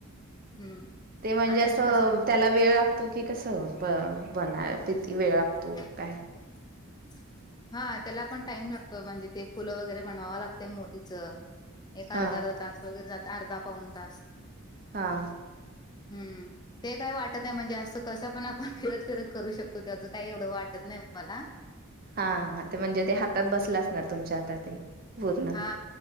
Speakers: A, on the left; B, on the right.
A: हम्म.
B: ते म्हणजे
A: आता
B: असं
A: मी कसं करतो,
B: त्याला वेळ लागतो की कसं ब- बनाय किती वेळ लागतो?
A: ह
B: काय
A: <inaudible> हा त्याला पण टाइम लागतो म्हणजे ते फुलं वगैरे बनवाव लागते मोतीचं एक
B: हा
A: अर्धा -अर्धा तास वगैरे जात, अर्धा पाऊन तास
B: हां.
A: हम् ते काय वाटत नाही म्हणजे असं कसं पण आपण फिरत- फिरत करू शकतो त्याच काही एवढं वाटत नाही मला
B: हा हा, ते म्हणजे ते हातात बसल असणार तुमच्या आता ते वरून
A: हा